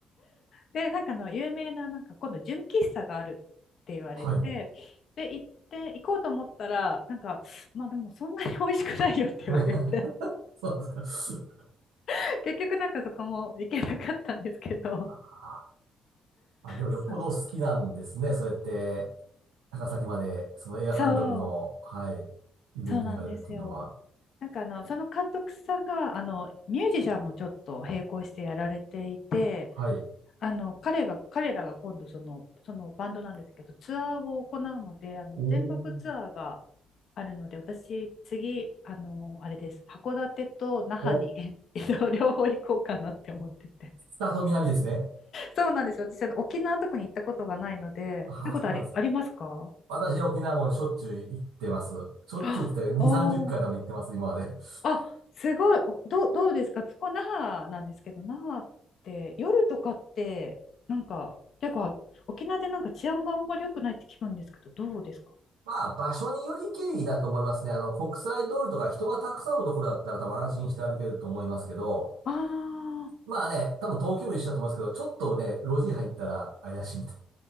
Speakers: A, on the left; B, on the right.
A: で、なんかあの有名な、なんか今度純喫茶があるって言われて、
B: <laughs> はい。
A: で、行って、行こうと思ったら、なんか、まあでもそんなに美味しくないよって言われて、
B: <laughs> そうですか。
A: <laughs> 結局なんかそこも行けなかったんですけど、
B: あ、あでもよっぽどお好きなんですね。
A: そう
B: そうやって、高崎まで、その映画監督の、
A: そう、
B: はい、イベントに行かれるっていうのは。
A: そうなんですよ。なんかあの、その監督さんが、あの、ミュージシャンもちょっと並行してやられていて、
B: はい。
A: あの、彼が、彼らが今度その、そのバンドなんですけど、ツアーを行うので、あの、
B: おー
A: 全国ツアーがあるので、私、次、あの、あれです、函館と那覇に
B: お、
A: <laughs> 両方行こうかなって思ってて。
B: 北と南ですね。
A: そうなんですよ。私、あの沖縄とかに行ったことがないので、
B: ああ、
A: 行ったことあり、
B: そうなんですか。
A: ありますか
B: 私、沖縄もしょっちゅう行ってます。しょっちゅうって言ったら2、
A: あ、お
B: 30回多分行ってます、今まで。<laughs>
A: あ、すごい。おどう、どうですかそこ、那覇なんですけど、那覇って夜とかって、なんか、結構、沖縄でなんか治安があんまり良くないって聞くんですけど、どうですか
B: まあ、場所により経緯だと思いますね。あの、国際通りとか人がたくさんあるところだったら多分安心して歩けると思いますけど、
A: あ
B: まあね、多分東京も一緒だと思いますけど、ちょっとね、路地入ったら怪しいみたい。